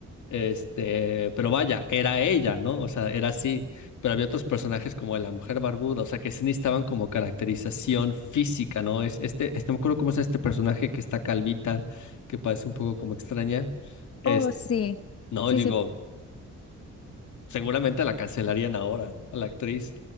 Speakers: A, on the left; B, on the left.
A: Este, pero vaya, era ella, ¿no? O sea, era así. Pero había otros personajes como la mujer barbuda, o sea, que sí necesitaban como caracterización física, ¿no? Es este, este, no me acuerdo cómo es este personaje que está calvita, que parece un poco como extraña. Este,
B: Oh, sí,
A: no,
B: sí,
A: digo,
B: sí,
A: seguramente la cancelarían ahora, a la actriz.